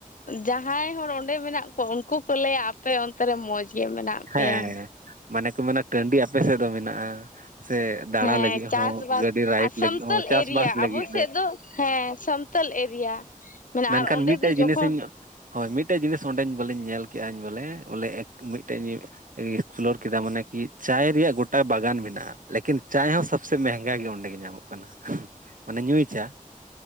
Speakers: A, on the left; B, on the right.
A: ᱡᱟᱦᱟᱸᱭ ᱦᱚᱲ ᱚᱸᱰᱮ ᱢᱮᱱᱟᱜ ᱠᱚᱣᱟ ᱩᱱᱠᱩ ᱠᱚ ᱞᱟᱹᱭᱟ ᱟᱯᱮ ᱚᱱᱛᱮ ᱨᱮ ᱢᱚᱸᱡᱽ ᱜᱮ ᱢᱮᱱᱟᱜ ᱯᱮᱭᱟ
B: ᱦᱮᱸ ᱢᱟᱱᱮ ᱠᱚ ᱢᱮᱱᱟ ᱴᱟᱺᱰᱤ ᱟᱯᱮ ᱥᱮᱫ ᱫᱚ ᱢᱮᱱᱟᱜ-ᱟ ᱥᱮ ᱫᱟᱬᱟ
A: ᱦᱮᱸ
B: ᱞᱟᱹᱜᱤᱫ
A: ᱪᱟᱥ-ᱵᱟᱥ
B: ᱦᱚᱸ ᱜᱟᱹᱰᱤ ᱨᱟᱭᱤᱰ
A: ᱟᱨ ᱥᱟᱱᱛᱚᱞ
B: ᱞᱟᱹᱜᱤᱫ ᱦᱚᱸ ᱪᱟᱥᱵᱟᱥ
A: ᱮᱨᱤᱭᱟ
B: ᱞᱟᱹᱜᱤᱫ
A: ᱟᱵᱚ ᱥᱮᱫ ᱫᱚ ᱦᱮᱸ <unintelligible>
B: ᱢᱮᱱ
A: ᱟᱨ
B: ᱠᱷᱟᱱ
A: ᱚᱸᱰᱮ
B: ᱢᱤᱫᱴᱮᱡ
A: ᱫᱚ
B: ᱡᱤᱱᱤᱥ
A: ᱡᱚᱠᱷᱚᱱ
B: ᱤᱧᱼᱼ ᱦᱳᱭ ᱢᱤᱫᱴᱮᱡ ᱡᱤᱱᱤᱥ ᱚᱸᱰᱮ ᱵᱚᱞᱮᱧ ᱧᱮᱞ ᱠᱮᱜ-ᱟᱧ ᱵᱚᱞᱮ ᱵᱚᱞᱮ ᱢᱤᱫᱴᱮᱡᱼᱼ ᱮᱠᱥᱯᱞᱳᱨ ᱠᱮᱫᱟ ᱢᱟᱱᱮ ᱠᱤ ᱪᱟᱭ ᱨᱮᱭᱟᱜ ᱜᱚᱴᱟ ᱵᱟᱜᱟᱱ ᱢᱮᱱᱟᱜ-ᱟ ᱞᱮᱠᱤᱱ ᱪᱟᱭ ᱦᱚᱸᱼᱼ ᱥᱮ ᱢᱮᱦᱮᱜᱟ ᱜᱮ ᱚᱸᱰᱮ ᱜᱮ ᱧᱟᱢᱚᱜ ᱠᱟᱱᱟ ᱢᱟᱱᱮ ᱧᱩᱭᱪᱟ